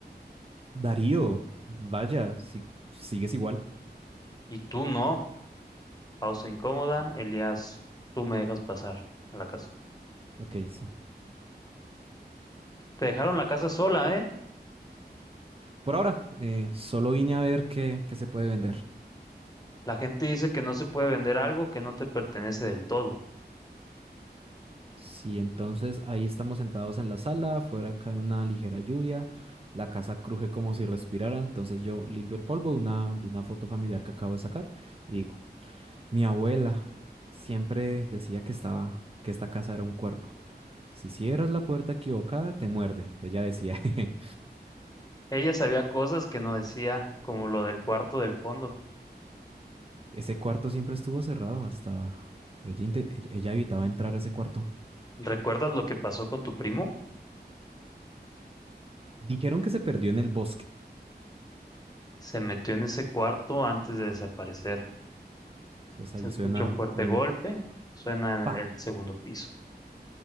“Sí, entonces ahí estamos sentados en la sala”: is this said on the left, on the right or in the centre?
Right